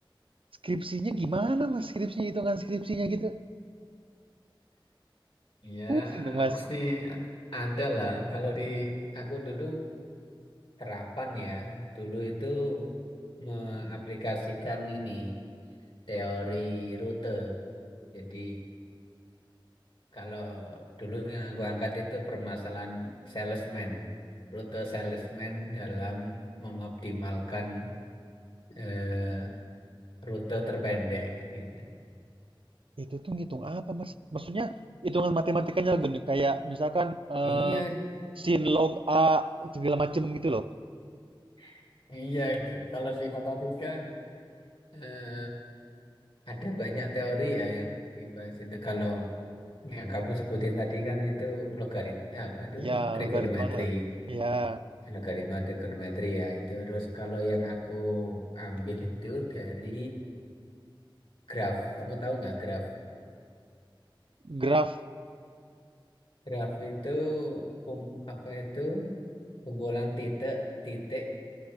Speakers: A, on the right (about 80°); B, on the left (about 80°).
A: Skripsinya gimana Mas? Skripsinya, hitungan skripsinya gitu.
B: Ya,
A: Pusing dong Mas.
B: mesti ada lah. Kalau di aku dulu terapan ya, dulu itu mengaplikasikan ini teori rute. Jadi Kalau dulu yang aku angkat itu permasalahan salesman, rute salesman dalam mengoptimalkan eh, rute terpendek gitu.
A: Itu tuh ngitung apa Mas? Maksudnya hitungan matematikanya gini, kayak misalkan eh,
B: Iya,
A: sin log A segala macem gitu loh.
B: <laughs> iya. Kalau di matematika eh, ada banyak teori ya yang dibahas itu. Kalau yang kamu sebutin tadi kan itu logaritma apa itu
A: Ya,
B: trigonometri,
A: logaritma. Ya,
B: logaritma trigonometri ya itu. Terus kalau yang aku ambil itu dari graf. Kamu tahu nggak graf?
A: graf.
B: Graf itu kum- apa itu kumpulan titik-titik